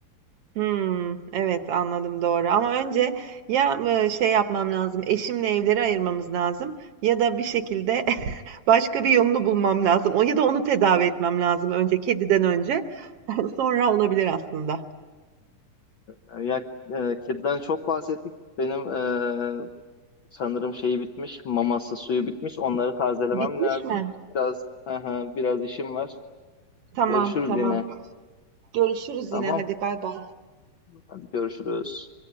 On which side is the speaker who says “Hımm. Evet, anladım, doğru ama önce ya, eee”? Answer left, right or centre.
Right